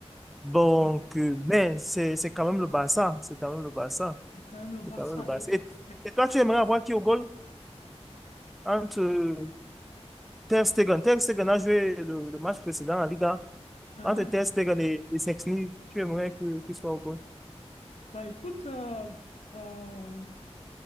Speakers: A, in the centre; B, on the left.
A: Donc,
B: ouais.
A: euh, mais c'est c'est quand même le Barça, c'est quand même le Barça,
B: c'est quand même le Barça.
A: c'est quand même le Barça.
B: Et,
A: Et,
B: et-
A: et toi, tu aimerais avoir qui au goal entre euh, Ter Stegen? Ter Stegen a joué le, le match précédent en Liga.
B: hein.
A: Entre Ter Stegen et, et Szczęsny, tu aimerais que qu'il soit au goal
B: Bah écoute, euh, euh,